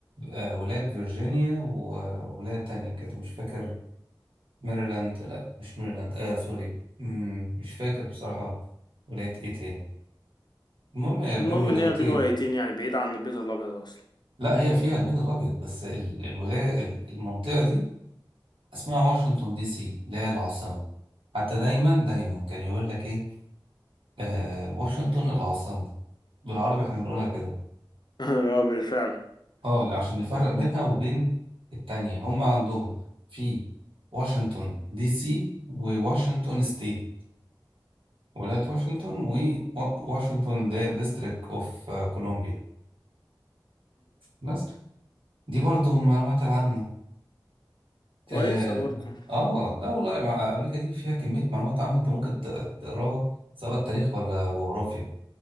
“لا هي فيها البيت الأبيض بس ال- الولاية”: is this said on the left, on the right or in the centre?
Right